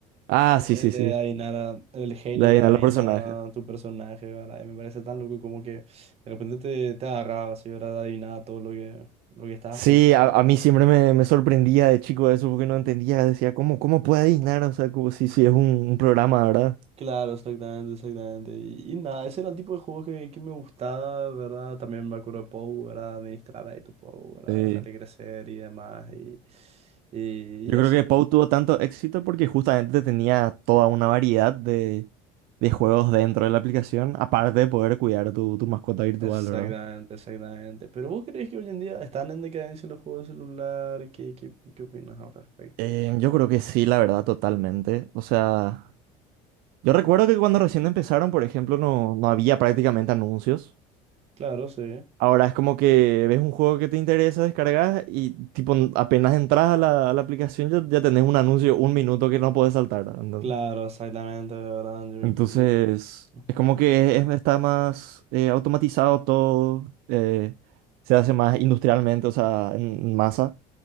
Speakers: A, on the right; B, on the right.
A: Ah,
B: el,
A: sí,
B: el
A: sí,
B: de
A: sí.
B: adivinar, a- el genio
A: De adivinar
B: que adivina
A: los personajes.
B: tu personaje, ¿verdad? Y me parece tan loco como que de repente te, te agarraba así, ¿verdad? Adivinaba todo lo que, lo que estabas
A: Sí,
B: pensando.
A: a, a mí siempre me, me sorprendía de chico eso porque no entendía. Decía, ¿cómo, cómo puede adivinar? O sea, como si, si es un, un programa, ¿verdad?
B: Claro, exactamente, exactamente. Y, y nada, ese era el tipo de juego que, que me gustaba, ¿verdad? También me acuerdo de Pou, ¿verdad? Administrar ahí tu Pou, ¿verdad?
A: Sí.
B: Verle crecer y demás. Y, y,
A: Yo
B: y así.
A: creo que Pou tuvo tanto éxito porque justamente tenía toda una variedad de, de juegos dentro de la aplicación, aparte de poder cuidar tu, tu mascota virtual,
B: Exactamente,
A: ¿verdad?
B: exactamente. Pero vos crees que hoy en día están en decadencia los juegos de celular? ¿Qué, qué, qué opinas al respecto
A: Eh,
B: de eso?
A: yo creo que sí, la verdad, totalmente. O sea. Yo recuerdo que cuando recién empezaron, por ejemplo, no, no había prácticamente anuncios.
B: Claro, sí.
A: Ahora es como que ves un juego que te interesa, descargas y tipo n- apenas entras a la, a la aplicación ya, ya tenés un anuncio, un minuto que no podés saltar. ¿no?
B: Claro,
A: Ento-
B: exactamente, de ¿verdad? Yo,
A: Entonces,
B: yo creo que... Ujú.
A: es como que es- está más eh, automatizado todo, eh, se hace más industrialmente, o sea, en en masa.